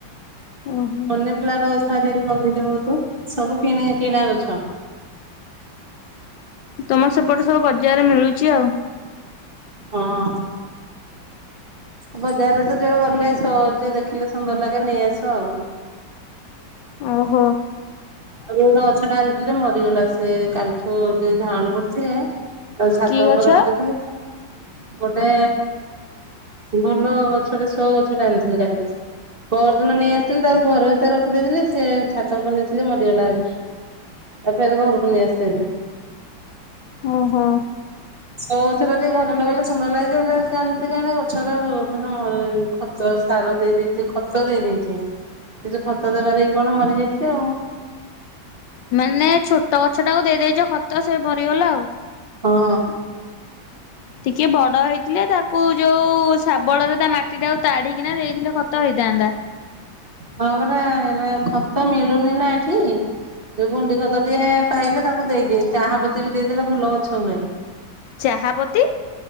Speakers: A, on the left; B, on the right.
A: ଓହୋ
B: ପମନି ପ୍ଲାଣ୍ଟ ଗଛ ଲଗେଇଚି ବହୁତ ସବୁ କି କିଣା ଗଛ।
A: ତମର ସେପଟେ ସବୁ ବଜାରରେ ମିଳୁଚି ଆଉ।
B: ହଁ। ବଜାରରେ ତ ଜଣେ ଗଲେ ସ ଦେଖିଲେ ସୁନ୍ଦର ଲାଗେ ନେଇ ଆସ ଆଉ।
A: ଓହୋ।
B: ଆଉ ଗୋଟେ ଗଛ ଟା ଆଣିଥିଲି ଯେ ମରିଗଲା ସେ କାଲ ଠୁ ଟିକେ ଝାାଉଣ ପଡଥିଲା। ଆଉ ଚ୍ଛାତ
A: କି ଗଛ?
B: ଉପରେ ରଖିଦେଇଥିଲି। ଗୋଟେ ଉ ଭଲ ଗଛଟେ ଶ ଗଛ ଟା ଆଣିଥିଲି କାଲି। ପୋହର ଦିନ ନେଇ ଆସିଥିଲେ ତାକୁ ଘର ଭିତରେ ରଖିଦେଇଥିଲେ ସେ ଛାତ ଉପରେ ନେଇଥିଲି ମର ଗଲା ଯଦି ତାକୁ ଆଜି ଏଇ ଘରକୁ ନେଇ ଆସିଚି ଆଜି।
A: ଓ ହୋ।
B: ସବଥିରେ ଟିକେ ଘରେ ଲଗଲେ ସୁନ୍ଦର ଲାଗିଯାଇ କେମତି କାଣ ଗଛଟା ମାନେ। <unintelligible> ତ ସାର ଦେଇ ଦେଇେଇଛି ଖତ ଦେଇ ଦେଇଛି କିଛି ଖତ ଦେବାରେ କି କଣ ମରିଯାଇଛି ଆଉ।
A: ମାନେ ଛୋଟ ଗଛ ଟାକୁ ଦେଇ ଦେଇଦେଇଛ ଖତ ସେ ମରିଗଲା ଆଉ।
B: ହଁ।
A: ଟିକେ ବଡ ହେଇଥିଲେ ତାକୁ ଯୋଉ ଶାବଳରେ ତା ମାଟି ଟା ଆକୁ ତାଢିକିନା ଦେଇଥିଲେ ଖତ ହେଇଥାନ୍ତା।
B: ହଁ ପରା ଏଇନା ଖତ ମିଳୁନି ନା ଏଠି। ଯୋଉ ଗୁଣ୍ଡି ଖତ ଟିକେ ପାଇଲେ ତାକୁ ଦେଇଦିଏ ଚାହାପତି ବି ଦେଇଦେଲେ ଭଲ ଗଛ ହୁଏ।
A: ଚାହାପତି।